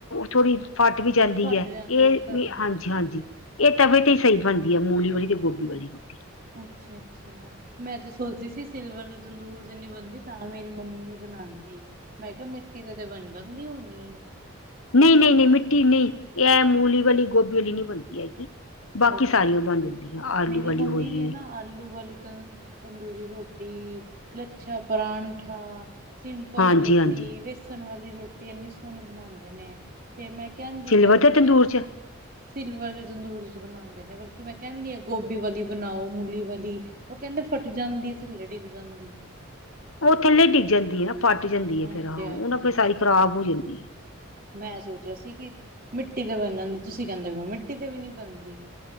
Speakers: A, on the left; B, on the right.
A: ਥੋੜੀ ਫਟ ਵੀ ਜਾਂਦੀ
B: ਫੱਟ
A: ਏ,
B: ਜਾਂਦੇ
A: ਇਹ
B: ਉਹ ਤਾਂ
A: ਵੀ ਹਾਂਜੀ- ਹਾਂਜੀ। ਇਹ ਤਵੇ ਤੇ ਹੀ ਸਹੀ ਬਣਦੀ ਐ, ਮੂਲੀ ਵਾਲੀ ਤੇ ਗੋਭੀ ਵਾਲੀ ਰੋਟੀ।
B: ਅੱਛਾ- ਅੱਛਾ। ਮੈਂ ਤੇ ਸੋਚਦੀ ਸੀ ਸਿਲਵਰ ਤੇ ਤੰਦੂਰ ਤੇ ਨੀ ਬਣਦੀ, ਤਾਂ ਮੇਰੀ ਮੰਮੀ ਨੀ ਬਣਾਂਤੀ। ਮੈਂ ਕਿਹਾ ਮਿੱਟੀ ਦੇ, ਤੇ ਬਣ ਜਾਂਦੀ ਹੋਣੀ ਏ।
A: ਨਈ, ਨਈ, ਨਈ ਮਿੱਟੀ ਨਈ, ਇਹ ਮੂਲੀ ਵਾਲੀ, ਗੋਭੀ ਵਾਲੀ ਨਈ ਬਣਦੀ ਹੈਗੀ। ਬਾਕੀ
B: ਅੱਛਾ
A: ਸਾਰੀਆਂ ਬਣ ਜਾਂਦੀਆਂ, ਆਲੂ
B: ਮੇਰੀ
A: ਵਾਲੀ
B: ਮੰਮੀ
A: ਹੋਈ
B: ਵੀ ਹੈ ਨਾ ਆਲੂ ਵਾਲੀ ਤਾਂ ਤੰਦੂਰੀ ਰੋਟੀ, ਲੱਛਾ ਪਰਾਂਠਾ ਸਿੰਪਲ
A: ਹਾਂਜੀ
B: ਰੋਟੀ,
A: ਹਾਂਜੀ।
B: ਵੇਸਣ ਵਾਲੀ ਰੋਟੀ, ਇੰਨੀ ਸੋਹਣੀ ਬਣਾਂਦੇ ਨੇ। ਤੇ, ਮੈਂ ਕਹਿੰਦੀ
A: ਸਿਲਵਰ
B: ਮੈਂ ਕਿਹਾ
A: ਤੇ
B: ਤੁਸੀਂ
A: ਤੰਦੂਰ
B: ਏ,
A: ਚ
B: ਸਿਲਵਰ ਦੇ ਤੰਦੂਰੀ 'ਚ ਬਣਾਦੇ ਨੇ ਬਲਕਿ, ਮੈਂ ਕਹਿੰਦੀ ਆ ਗੋਭੀ ਵਾਲੀ ਬਣਾਓ, ਮੂਲੀ ਵਾਲੀ। ਉਹ ਕਹਿੰਦੇ ਫੱਟ ਜਾਂਦੀ, ਥੱਲੇ ਡਿੱਗ ਜਾਂਦੀ।
A: ਉਹ ਥੱਲੇ ਡਿੱਗ ਜਾਂਦੀ ਹੈ ਨਾ ਫੱਟ ਜਾਂਦੀ
B: ਹਾਂਜੀ
A: ਏ ਫੇਰ ਹਾਂ,
B: ਹਾਂਜੀ
A: ਉਹ ਨਾ ਫਿਰ ਸਾਰੀ ਖ਼ਰਾਬ ਹੋ ਜਾਂਦੀ ਐ।
B: ਮੈਂ ਸੋਚਿਆ ਸੀ ਕਿ ਮਿੱਟੀ ਤੇ ਬਣ ਜਾਂਦੀ, ਤੁਸੀਂ ਕਹਿੰਦੇ ਮਿੱਟੀ ਤੇ ਵੀ ਨਈ ਬਣਦੀ।